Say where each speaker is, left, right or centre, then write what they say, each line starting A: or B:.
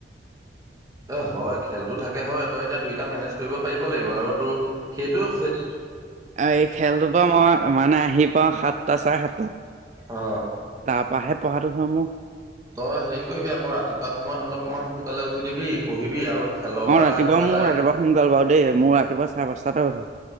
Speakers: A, on the right; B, on the right.
A: এ হয় খেলতো থাকে হয় তই এতিয়া দুইটা মেনেজ কৰিব পাৰিব লাগিব আৰু ত সেইটোও সেই
B: অ এই খেলটোৰ পৰা মই মানে আহি পাওঁ সাতটা চাৰ ক্ষেত্ৰত
A: অ
B: তাৰ পৰাাহে পঢ়াটো হয় মোৰ
A: তই হেৰি কৰিবি আকৌ ৰাতিপুৱা সময়ত অলপমান সোনকালে উঠি দিবি পঢ়িবি আৰু খেলৰ
B: অ'
A: পৰা
B: ৰাতিপুৱা
A: আহি পেলাই
B: মোৰ ৰাতিপুৱা সোনকাল বাৰু দেই মোৰ ৰাতিপুৱা চাৰে পাঁচটাতে উঠো।